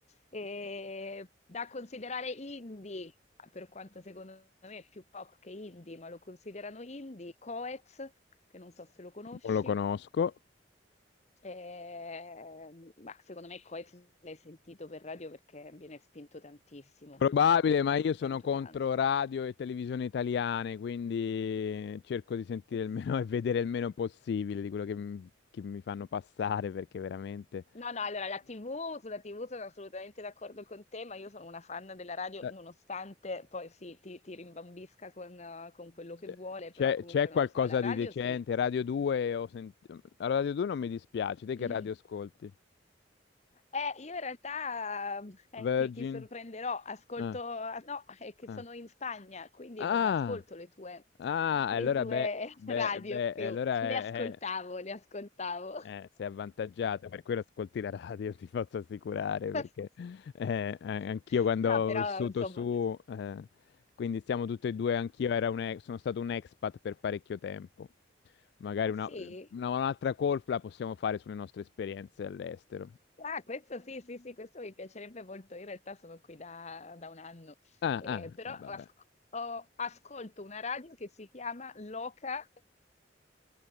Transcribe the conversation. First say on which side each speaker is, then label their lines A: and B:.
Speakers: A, on the left; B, on the left.
A: E da considerare indie, per quanto secondo me è più pop che indie, ma lo considerano indie, Coez, che non so se lo conosci.
B: Non lo conosco.
A: Ehm, ma secondo me Coez l'hai sentito per radio perché viene spinto tantissimo,
B: Probabile,
A: proprio spinto
B: ma
A: tanto,
B: io sono
A: tanto,
B: contro
A: tanto.
B: radio e televisione italiane, quindi cerco di sentire
A: <laughs>
B: il meno <laughs> e vedere il meno possibile di quello che, m- che mi fanno passare, perché veramente
A: No, no, allora la TV, sulla TV sono assolutamente d'accordo con te, ma io sono una fan della radio,
B: eh,
A: nonostante poi sì, ti, ti rimbambisca con, eh, con quello
B: c'è
A: che vuole,
B: c'è-
A: però comunque
B: c'è
A: non
B: qualcosa
A: lo so, la radio
B: di decente.
A: sì.
B: Radio 2, ho sent- Radio 2 non mi dispiace, te che
A: Mm.
B: radio ascolti?
A: Eh, io in realtà eh,
B: Virgin?
A: ti, ti sorprenderò, ascolto,
B: Ah,
A: ah, no, è che
B: ah,
A: sono in Spagna, quindi
B: ah,
A: non mi ascolto le tue,
B: ah,
A: le
B: allora
A: tue
B: beh,
A: <laughs>
B: beh,
A: radio
B: beh,
A: più,
B: allora
A: le
B: è,
A: ascoltavo, le ascoltavo.
B: Eh, sei avvantaggiata, per quello ascolti la radio, ti posso assicurare,
A: <laughs>
B: perché eh, a- anch'io quando
A: No,
B: ho
A: però
B: vissuto
A: insomma.
B: su, eh, quindi siamo tutti e due, anch'io era un e- sono stato un expat per parecchio tempo. Magari
A: Ah
B: una-
A: sì?
B: una- un'altra call la possiamo fare sulle nostre esperienze all'estero.
A: Ah, questo sì, sì, sì, questo mi piacerebbe molto. Io In realtà sono qui da, da un anno,
B: Ah,
A: Eh,
B: ah,
A: però
B: eh,
A: ho
B: vabbè.
A: asco- ho- ascolto una radio che si chiama Loca,